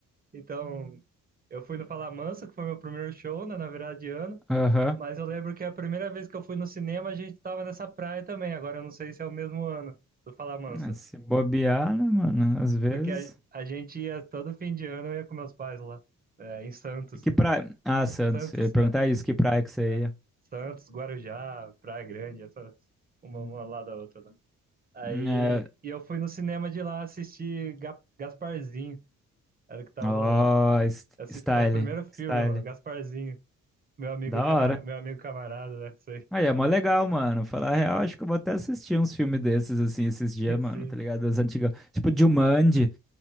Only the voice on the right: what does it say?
Então, Eu fui no Falamansa, que foi meu primeiro show, né, na virada de ano.
Mas eu lembro que a primeira vez que eu fui no cinema, a gente tava nessa praia também. Agora eu não sei se é o mesmo ano do Falamansa.
Porque a, a gente ia todo fim de ano, eu ia com meus pais lá, é, em Santos.
Santos,
é,
é.
Santos, Guarujá, Praia Grande, essas, uma,
uma lá da outra. Né? Aí
e eu fui no cinema de lá assistir Ga- Gasparzinho, era o que tava
rolando.
Esse
foi o primeiro filme,
mano, Gasparzinho. Meu amigo,
cama,
meu amigo camarada, né? Sei.
<laughs>
Sim.